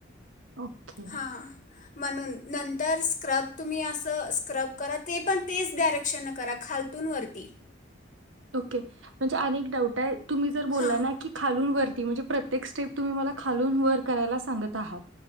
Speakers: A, on the right; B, on the left.
A: ओके.
B: हा म्हणून नंतर स्क्रब तुम्ही असं स्क्रब करा ते पण तेच डायरेक्शन न करा खालतून वरती.
A: के, म्हणजे अनेक डाऊट आहे तुम्ही जर बोलला
B: हां
A: ना की खालून वर ती म्हणजे प्रत्येक स्टेप तुम्ही मला खालून वर करायला सांगत आहात